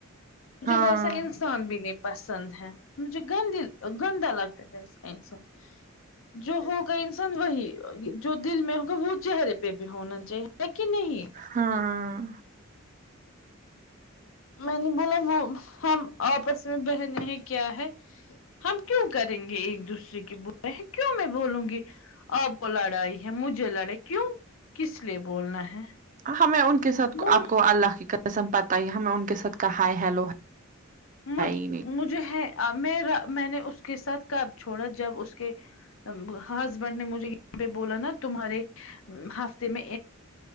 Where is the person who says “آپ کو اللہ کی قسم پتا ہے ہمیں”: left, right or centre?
Right